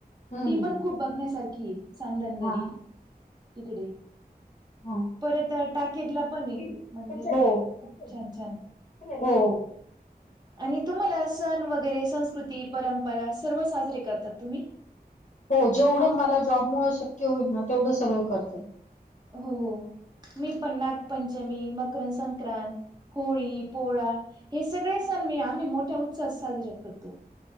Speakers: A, on the left; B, on the right.
A: हम्म
B: ती
A: हम्म
B: पण खूप बघण्यासारखी आहे सांदन दरी
A: हा हा
B: तिकडे.
A: हा
B: परत टाकेतला पणय
A: हो
B: मंदिर ते
A: हो
B: छान छान.
A: हो.
B: आणि तुम्हाला सण वगैरे संस्कृती, परंपरा सर्व साजरे करतात तुम्ही?
A: हो जेवढं मला जॉबमुळे शक्य होईल ना तेवढं सगळं करतेय.
B: हो हो मी पण नागपंचमी, मकर-संक्रांत. होळी, पोळा हे सगळे सण मी आम्ही मोठ्या उत्साहात साजरा करतो.